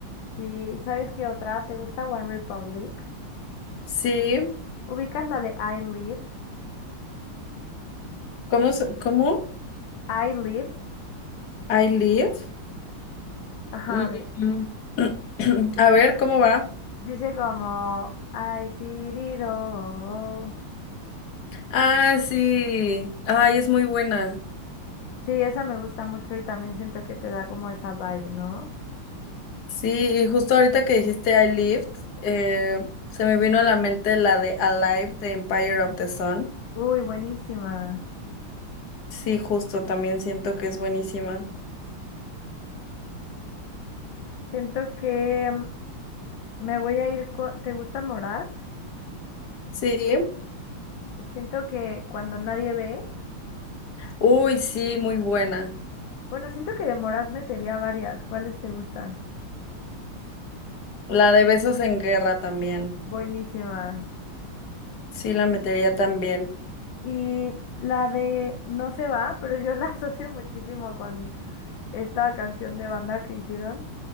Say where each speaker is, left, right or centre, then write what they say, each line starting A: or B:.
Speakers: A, on the left; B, on the left.
A: Sí, ¿sabes qué otra? ¿Te gusta One Republic?
B: Sí,
A: ¿Ubicas la de I Lived?
B: ¿cómo? se- ¿Cómo?
A: I Lived,
B: I live.
A: ajá,
B: Mm,
A: de
B: mm. <clears throat>
A: que
B: A ver,
A: dice,
B: ¿cómo va?
A: dice como I did it all.
B: Ah, sí. Ay, es muy buena.
A: Sí, esa me gusta mucho y también siento que te da como esa vibe, ¿no?
B: Sí, y justo ahorita que dijiste I lived, eh, se me vino a la mente la de Alive de Empire of the Sun.
A: Uy, buenísima.
B: Sí, justo, también siento que es buenísima.
A: Siento que mm, me voy a ir con... ¿Te gusta Morat?
B: Sí.
A: Siento que cuando nadie ve
B: Uy, sí, muy buena.
A: Bueno, siento que de Morat metería varias. ¿Cuáles te gustan?
B: La de Besos en Guerra también.
A: Buenísima.
B: Sí, la metería también.
A: Y la de No se va, pero yo <laughs> la asocio muchísimo con esta canción de banda que hicieron,